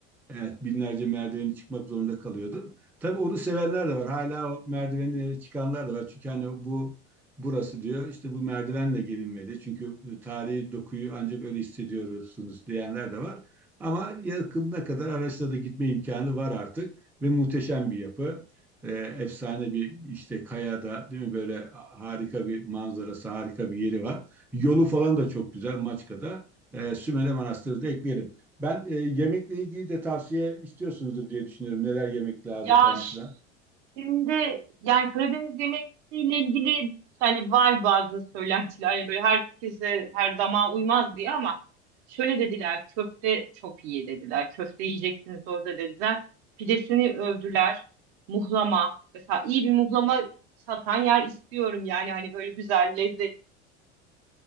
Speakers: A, in the centre; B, on the right (about 60°).
A: Evet, binlerce merdiveni çıkmak zorunda kalıyordu. Tabii onu sevenler de var. Hala o merdivenlere çıkanlar da var. Çünkü hani bu burası diyor işte bu merdivenle gelinmeli. Çünkü tarihi dokuyu ancak öyle hissediyorsunuz diyenler de var. Ama yakınına kadar araçla da gitme imkanı var artık ve muhteşem bir yapı. Ee, efsane bir işte kayada değil mi böyle harika bir manzarası, harika bir yeri var. Yolu falan da çok güzel Maçka'da. Ee, Sümele Manastırı da ekleyelim. Ben e, yemekle ilgili de tavsiye istiyorsunuzdur diye düşünüyorum. Neler yemek lazım
B: Ya
A: falan
B: ş-
A: filan.
B: şimdi yani Karadeniz yemekleriyle ilgili hani var bazı söylentiler yani böyle herkese her damağa uymaz diye ama şöyle dediler köfte çok iyi dediler. Köfte yiyeceksiniz orada dediler. Pidesini övdüler. Muhlama mesela iyi bir muhlama satan yer istiyorum yani hani böyle güzel lezzetli